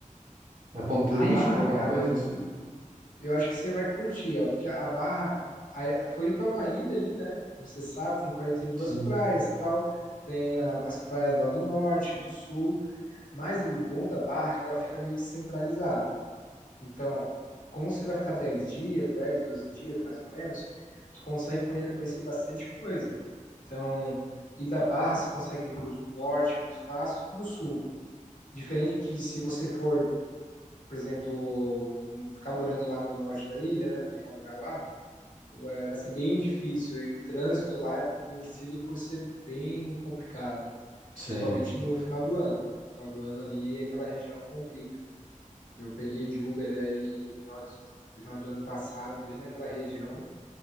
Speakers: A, on the right; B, on the left.
A: é ponto turístico,
B: a Barra,
A: alguma
B: cara,
A: coisa assim?
B: Eu acho que você vai curtir, ó, porque a Barra, a a Floripa é uma ilha ali, né? Como você sabe, tem quarenta e duas
A: Sim,
B: praias, tal, tem a- as praias lá do norte, do sul, mas o bom da Barra é que ela fica meio que centralizada. Então, como você vai ficar 10 dias, 10, 12 dias mais ou menos, tu consegue conhe- conhecer bastante coisa. Então, ir da Barra você consegue ir para o norte muito fácil, para o sul. Diferente que se você for por exemplo, hum, ficar morando lá no norte da ilha, né? Pegar um lugar lá, é, vai ser bem difícil. E o trânsito lá é conhecido por ser bem complicado,
A: sei.
B: principalmente no final do ano. No final do ano ali, aquela região complica. Eu peguei de Uber aí final, de- final do ano passado, bem naquela região,